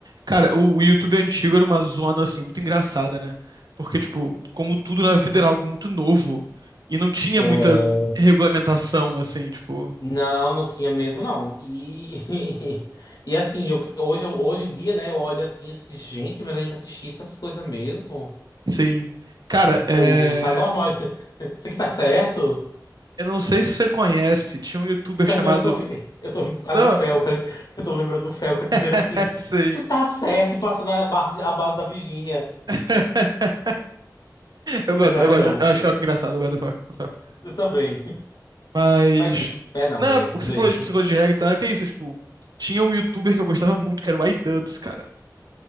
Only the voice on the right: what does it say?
Cara, o, o YouTube antigo era uma zona, assim, muito engraçada, né? Porque, tipo, como tudo na vida era algo muito novo e não tinha
muita regulamentação, assim, tipo,
sim. Cara,
é...
eu não sei se você conhece, tinha um YouTuber
chamado.
Não,
<laughs>
Sim.
<laughs> Eu gosto,
eu gosto, eu acho ela engraçado, eu gosto do Falco. do Falco.
Mas.
Não,
é porque
você
falou de psicologia de regra e tal, é que é isso, tipo, tinha um YouTuber que eu gostava muito, que era o iDubbbz, cara.